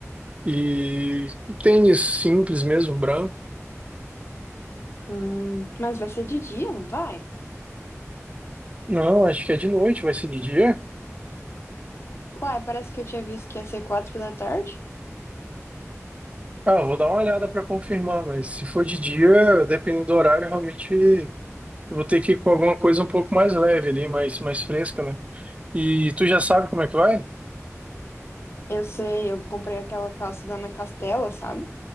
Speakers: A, on the right; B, on the left.
A: e, e tênis simples mesmo, branco.
B: Hum, mas vai ser de dia, não vai?
A: Não, acho que é de noite, vai ser de dia.
B: Uai, parece que eu tinha visto que ia ser quatro da tarde.
A: Ah, eu vou dar uma olhada para confirmar, mas se for de dia, dependendo do horário, realmente eu vou ter que ir com alguma coisa um pouco mais leve ali, mais, mais fresca, né? E tu já sabe como é que vai?
B: Eu sei, eu comprei aquela calça da Ana Castela, sabe?